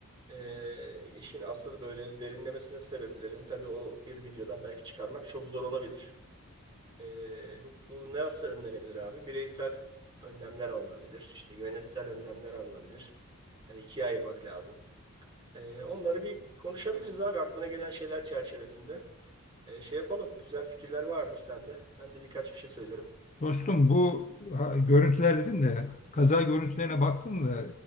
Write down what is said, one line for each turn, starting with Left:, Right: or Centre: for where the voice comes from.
Right: e, işin asıl böyle derinlemesine sebeplerini tabii o bir videodan belki çıkarmak çok zor olabilir. Ee, bu, bu nasıl önlenebilir abi? Bireysel önlemler alınabilir. İşte yönetsel önlemler alınabilir. Hani ikiye ayırmak lazım. Ee, onları bir konuşabiliriz abi aklına gelen şeyler çerçevesinde. Ee, şey yapalım. Güzel fikirler vardır sende. Ben de birkaç bir şey söylerim.
Left: Dostum bu ha, görüntüler dedin de kaza görüntülerine baktım da